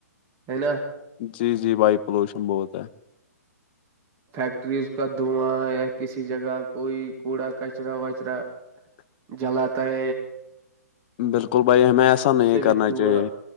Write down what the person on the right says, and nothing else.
ہے نا
فیکٹری اس کا دھواں یا کسی جگہ کوئی کوڑا کچرا وچرا
جلاات ہے
اس سے
بھی دھواں